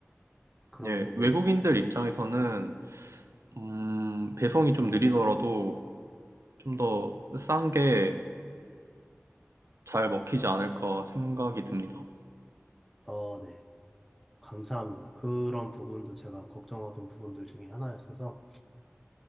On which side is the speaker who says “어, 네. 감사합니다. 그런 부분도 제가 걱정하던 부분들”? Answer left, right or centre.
Centre